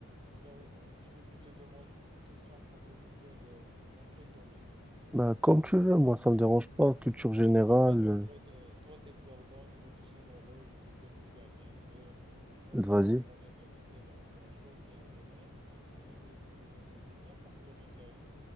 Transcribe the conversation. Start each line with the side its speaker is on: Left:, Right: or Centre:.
Right: Ben, euh, tu veux que je te demande une question à propos de quel, euh, dans quel domaine?
Centre: Bah, comme tu veux, moi, ça me dérange pas. Culture générale,
Right: Non, ben, vas-y, toi t'es, toi t'es perdant, je veux être généreux, je veux te laisser gagner un peu. Au
Centre: euh,
Right: moins
Centre: vas-y.
Right: on reste en égalité, donc euh, choisis un domaine et je vais te poser une question. N'importe domaine de la vie.